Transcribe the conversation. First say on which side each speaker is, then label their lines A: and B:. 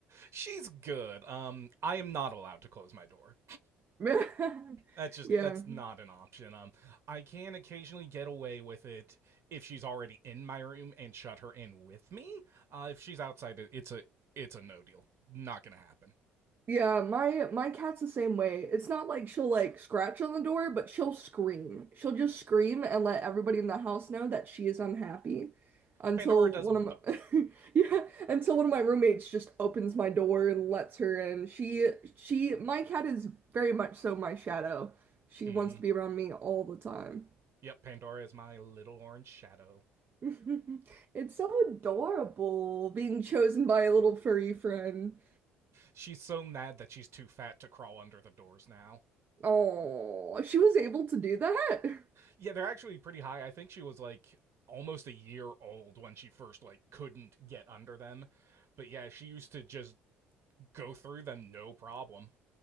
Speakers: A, on the right; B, on the right.
A: She's good. Um, I am not allowed to close my door.
B: <laughs>
A: That's just
B: Yeah.
A: that's not an option. Um, I can occasionally get away with it if she's already in my room and shut her in with me. Uh, if she's outside, it's a it's a no deal. Not gonna happen.
B: Yeah, my my cat's the same way. It's not like she'll like scratch on the door, but she'll scream. She'll just scream and let everybody in the house know that she is unhappy until
A: Pandora does
B: one
A: both.
B: of my <laughs> yeah, until one of my roommates just opens my door and lets her in. She she my cat is very much so my shadow. She
A: Mm-hmm.
B: wants to be around me all the time.
A: Yep, Pandora is my little orange shadow.
B: <laughs> It's so adorable being chosen by a little furry friend.
A: She's so mad that she's too fat to crawl under the doors now.
B: Oh, she was able to do that? <laughs>
A: Yeah, they're actually pretty high. I think she was like almost a year old when she first like couldn't get under them. But yeah, she used to just go through them no problem.